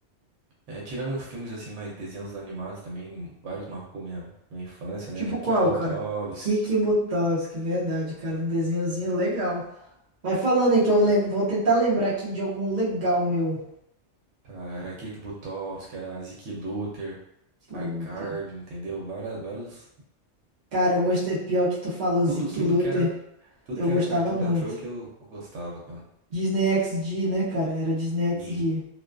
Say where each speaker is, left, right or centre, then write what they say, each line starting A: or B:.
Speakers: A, on the right; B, on the right.
A: É, tirando filmes assim, mais desenhos animados também, vários marcou minha, minha infância, né?
B: Tipo qual,
A: Kik Butovski.
B: cara? Kiki Butowski, verdade, cara. Um desenhozinho legal. Vai falando aí que eu lembro, vou tentar lembrar aqui de algum legal meu.
A: Tá, era Kick Buttowski, era Zeke Luther,
B: Luter.
A: iCarly, entendeu? Várias, vários,
B: Cara, eu gostei, pior que tu falou Zeke
A: tudo, tudo
B: Luter.
A: que era, tudo
B: Eu
A: que
B: gostava
A: era cartoon
B: muito.
A: da Troy que eu, eu gostava, cara.
B: Disney XD, né, cara? Era Disney XD.
A: Sim,